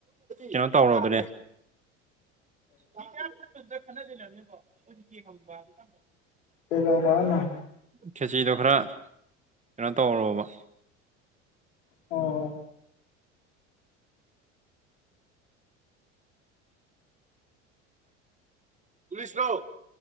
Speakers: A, on the right; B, on the left.
A: ꯀꯩꯅꯣ ꯇꯧꯔꯕꯅꯦ <unintelligible> ꯈꯠꯅ ꯆꯩꯅꯕꯅꯤꯅꯀꯣ ꯑꯩꯈꯣꯢꯗꯤ <unintelligible>
B: ꯀꯩꯗꯧꯔꯝꯃꯣ ꯍꯥꯏꯅꯣ
A: ꯈꯦꯆꯤꯗꯣ ꯈꯔ ꯀꯩꯅꯣ ꯇꯧꯔꯣꯕ
B: ꯑꯣ
A: ꯄꯨꯂꯤꯁ ꯂꯣ